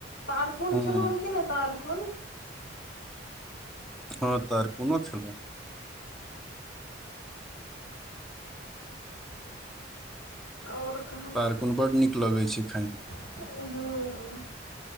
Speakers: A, on the left (about 80°); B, in the centre.
A: तारकुन
B: हुँ,
A: खेलौं कि नै तारकुन।
B: हँ तारकुनो खेलौं।
A: और कहाँ
B: तारकुन बड नीक लगै छैय खायमे।
A: हँ।